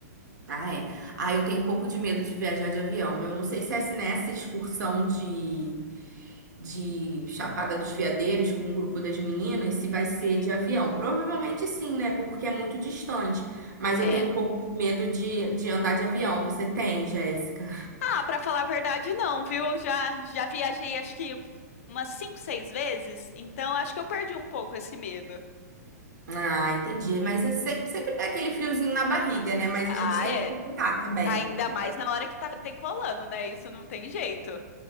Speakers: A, on the right; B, on the left.
A: Ah, é. Ah, eu tenho um pouco de medo de viajar de avião. Eu não sei se essa nessa excursão de, de Chapada dos Veadeiros com um grupo das meninas, se vai
B: Uhum.
A: ser de avião. Provavelmente sim, né? Porque é muito distante. Mas
B: É.
A: eu tenho um pouco de medo de, de andar de avião. Você tem, Jéssica?
B: Ah, pra falar a verdade, não, viu? Eu Já, já viajei acho que umas cinco, seis vezes, então acho que eu perdi um pouco esse medo.
A: Ah, entendi. Mas é sem- sempre dá aquele friozinho na barriga, né? Mas
B: Ah,
A: a gente tem
B: é.
A: que superar também.
B: Ainda mais na hora que tá decolando, né? Isso não tem jeito.